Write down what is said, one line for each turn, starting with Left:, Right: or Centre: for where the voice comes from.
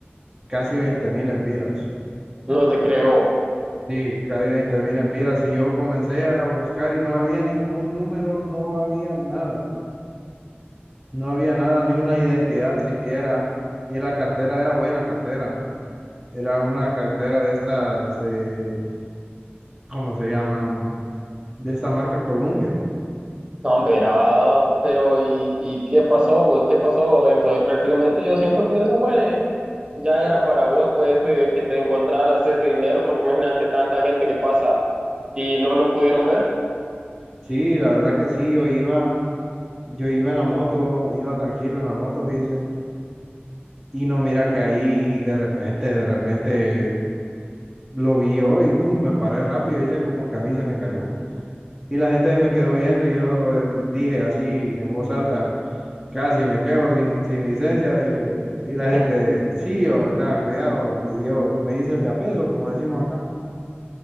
Centre: casi veinte mil empiras.
Right: no te creo.
Centre: Sí, casi veinte mil empiras y yo comencé a buscar y no había ningún número, no había nada, no había nada, ni una identidad siquiera. Y la cartera era buena cartera, era una cartera de estas, eh, ¿cómo se llaman? De esta marca Columbia.
Right: No, hombre, era- pero ¿y, y qué pasó vos? ¿Qué pasó? Entonces prácticamente yo siento que eso fue, ya era para vos, pues, eh, que te encontraras ese dinero, porque imagínate tanta gente que pasa y no lo pudieron ver.
Centre: Sí, la verdad que sí, yo iba, yo iba en la moto, iba tranquilo en la moto, fíjese. Y no mira que ahí de repente, de repente lo vi yo y pum, me paré rápido, hice como que a mí se me cayó. Y la gente se me quedó viendo y yo solo dije así en voz alta, casi me quedo sin, sin licencia. dije, "Oh", y la gente,
Right: <laughs>
Centre: sí, hombre, tenga cuidado. Me, dio me hice el de a peso, como decimos acá.